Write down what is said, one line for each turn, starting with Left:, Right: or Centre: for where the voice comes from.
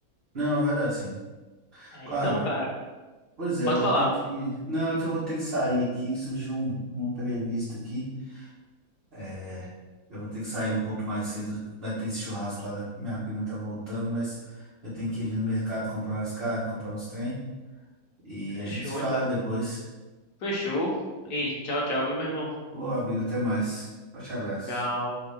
Right: Não, vai dar sim.
Left: É,
Right: Cara,
Left: então, cara,
Right: pois é,
Left: pode
Right: eu vou
Left: falar,
Right: ter que.
Left: mano.
Right: Não, é que eu vou ter que sair aqui. Surgiu um, um imprevisto aqui. É, eu vou ter que sair um pouco mais cedo. Vai ter esse churrasco lá. da- Minha prima tá voltando, mas eu tenho que ir ali no mercado comprar umas carnes, comprar uns trem. E
Left: Fechou,
Right: a gente se fala
Left: hein, cara.
Right: depois.
Left: Fechou. Ei, tchau, tchau, viu, meu irmão?
Right: Ô, amigo, até mais. Forte abraço.
Left: Tchau.